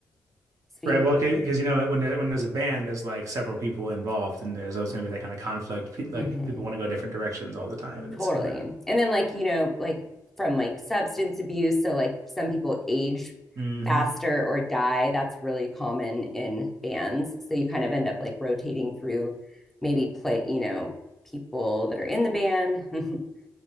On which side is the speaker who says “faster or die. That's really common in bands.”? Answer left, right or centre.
Centre